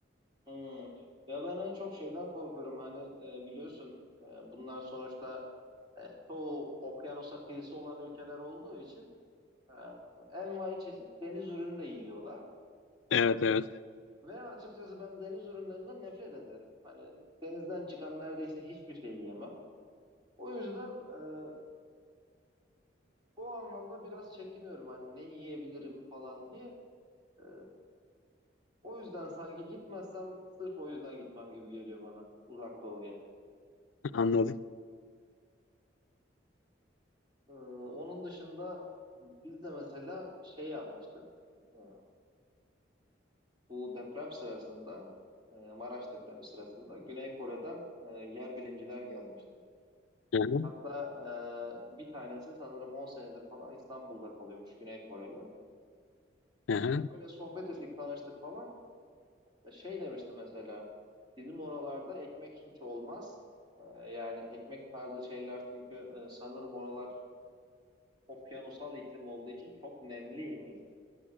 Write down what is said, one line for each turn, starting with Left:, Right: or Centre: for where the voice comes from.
Right: hı. Ya ben en çok şeyden korkuyorum. Hani e, biliyorsun e, bunlar sonuçta e, çoğu okyanusa kıyısı olan ülkeler olduğu için Ha, Envai çeşit deniz ürünü de yiyorlar.
Left: Evet evet
Right: Ve açıkçası ben deniz ürünlerinden nefret ederim. Hani denizden çıkan neredeyse hiçbir şey yiyemem. O yüzden e, o anlamda biraz çekiniyorum hani ne yiyebilirim falan diye. E, o yüzden sanki gitmezsem sırf o yüzden gitmem gibi geliyor bana Uzak Doğu'ya.
Left: <laughs> anladım.
Right: E, onun dışında biz de mesela şey yapmıştık. E, bu deprem sırasında e, Maraş depremi sırasında Güney Kore'den e, yer bilimciler gelmişti.
Left: Hı hı,
Right: Hatta e, bir tanesi sanırım 10 senedir falan İstanbul'da kalıyormuş Güney Koreli.
Left: hı hı.
Right: Böyle sohbet ettik, tanıştık falan. Ya şey demişti mesela, bizim oralarda ekmek hiç olmaz. E, yani ekmek tarzı şeyler çünkü e, sanırım oralar okyanusal iklim olduğu için çok nemliymiş.